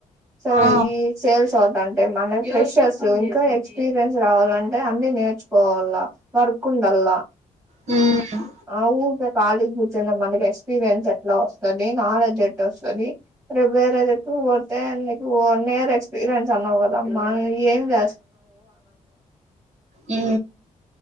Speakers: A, on the right (about 15°); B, on the right (about 55°).
A: సరే
B: ఆ
A: ఈ సేల్స్ అవుతాంటే మన ఫ్రెషర్స్ ఇంకా ఎక్స్పీరియన్స్ రావాలంటే అన్ని నేర్చుకోవాలా వర్క్ ఉండల్లా
B: హ్మ్
A: అఊకా కాలీగ్ మనకి ఎక్స్పీరియన్స్ ఎట్లా వస్తది నాలెడ్జ్ ఎట్లా వస్తది ప్రేవేరేదిక్కుక్ పోతే నీకు వన్నీయర్ ఎక్స్పీరియన్స్ అన్నావు కదామ్మా ఏం జ
B: ఊ